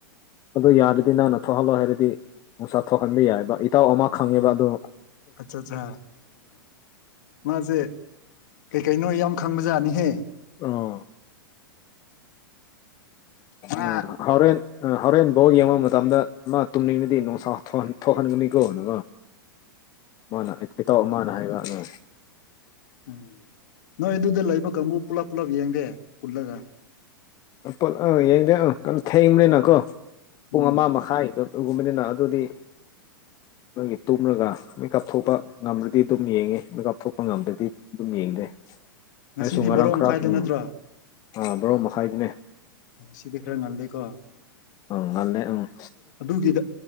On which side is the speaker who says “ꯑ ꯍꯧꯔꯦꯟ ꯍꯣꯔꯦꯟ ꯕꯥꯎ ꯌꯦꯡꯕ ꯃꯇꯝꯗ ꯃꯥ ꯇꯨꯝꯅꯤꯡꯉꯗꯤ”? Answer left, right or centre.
Left